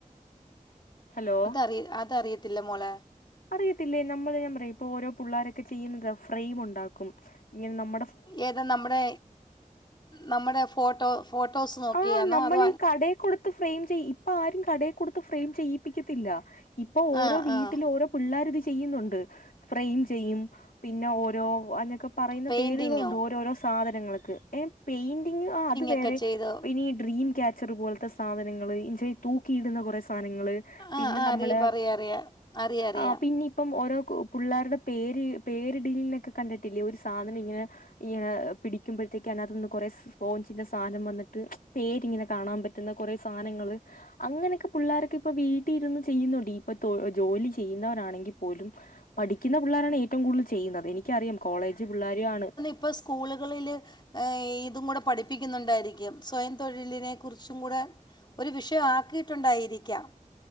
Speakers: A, on the left; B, on the left.
A: ഹലോ
B: അ അത അറിയ തില്ലമോള
A: അറിയത്തില്ലേ നമ്മൾ ഞാൻ പറ ഇപ്പൊ ഓരോ പുള്ളാരൊക്കെ ചെയ്യുന്നത് ഫ്രെയിം ഉണ്ടാക്കും ഇങ്ങെ നമ്മ
B: ഏതാ നമ്മുടെ നമ്മുടെ ഫോട്ടോ ഫോട്ടോസ് നോക്കിയനോ
A: ആ നമ്മളീ
B: അത്
A: കടേ കൊടുത്ത് ഫ്രെയിം ചെയ ഇപ്പൊ ആരും കടെകൊടുത്ത് ഫ്രെയിം ചെയ്യിപ്പിക്കത്തില്ല ഇപ്പൊ ഓരോ
B: ആഹ്
A: വീട്ടിൽ
B: ആഹ്
A: ഓരോ പിള്ളേരിത് ചെയ്യുന്നുണ്ട് ഫ്രെയിം ചെയ്യും പിന്നെ ഓരോ അതിനൊക്കെ പറയുന്ന
B: പെയിന്റിങ്ങോ
A: പേരുകളുണ്ട് ഓരോരോ സാധനങ്ങൾക്ക് ഏയ് പെയിന്റിങ് ആഹ് അത് വേറെ
B: ഒക്കെ ചെയ്തോ
A: ഈഡ്രീം കാച്ചർ പോലത്തെ സാധനങ്ങള് ഇന തൂക്കിയിടുന്ന കുറെ സാധനങ്ങള് പിന്നെ
B: ആഹ് ആഹ്
A: നമ്മള്
B: അറിയ പറയാ അറിയാ അറിയാ അറിയാം
A: ആഹ് പിന്നി ഇപ്പം ഓരോ പിള്ളേരുടെ പേര് പേരിടലിനൊക്കെ കണ്ടിട്ടില്ലേ ഒരു സാധനം ഇങ്ങനെ ഈനെ പിടിക്കുമ്പോഴത്തേക്ക് അതിനകത്ത്ന്ന് കൊറെ സ്പോഞ്ചിന്റെ സാധനം വന്ന് <unintelligible> പേരിങ്ങനെ കാണാൻ പറ്റുന്ന കുറെ സാധനങ്ങള് അങ്ങനൊക്കെ പിള്ളോരൊക്കെ ഇപ്പൊ വീട്ടിൽ ഇരുന്ന് ചെയ്യുന്നുണ്ട് ഇപ്പൊ ജോലി ചെയ്യുന്നവരാണെങ്കിൽ പോലും പഠിക്കുന്ന പിള്ളേരാണ് ഏറ്റവും കൂടുതൽ ചെയ്യുന്നത് എനിക്കറിയാം കോളേജ് പിള്ളേരു ആണ്
B: ഇപ്പോ സ്കൂളുകളില് ഏയ് ഇതും കൂടെ പഠിപ്പിക്കുന്നുണ്ടായിരിക്കും സ്വയം തൊഴിലിനെ കുറിച്ചും കൂടെ ഒരു വിഷയം ആക്കിയിട്ടുണ്ടായിരിക്കാം